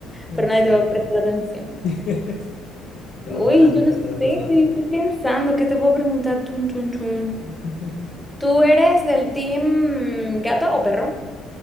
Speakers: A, on the left (about 60°); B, in the centre.
A: Exacto.
B: pero nadie te va a prestar atención.
A: <laughs> Solo
B: Uy,
A: podrás acercarte
B: yo no sé,
A: a las personas.
B: estoy, estoy pensando, ¿qué te puedo preguntar? Tun, tun, tun.
A: <laughs>
B: ¿Tú eres del team gato o perro?